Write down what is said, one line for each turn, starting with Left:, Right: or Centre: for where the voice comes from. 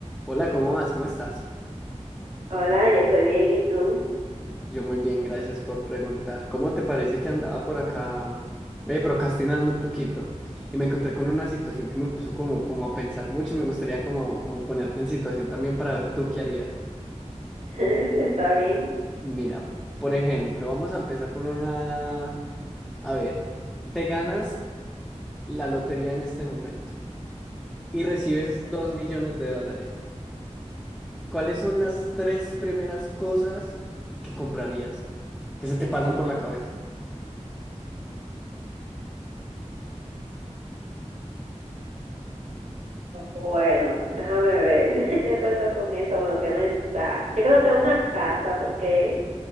Centre: Hola, ¿cómo vas? ¿Cómo estás?
Right: Hola, yo estoy bien, ¿y tú?
Centre: Yo muy bien, gracias por preguntar. ¿Cómo te parece que andaba por acá mm, eh, procrastinando un poquito? Y me encontré con una situación que me puso como, como a pensar mucho y me gustaría como, como ponerte en situación también para ver tú qué harías.
Right: <laughs> ¿Está bien?
Centre: Mira, por ejemplo, vamos a empezar por una... A ver, te ganas la lotería en este momento y recibes dos millones de dólares. ¿Cuáles son las tres primeras cosas que comprarías? que se te pasan por la cabeza?
Right: Bueno, déjame ver. <laughs> De acuerdo con eso, bueno, que no está. Yo creo que una casa, porque,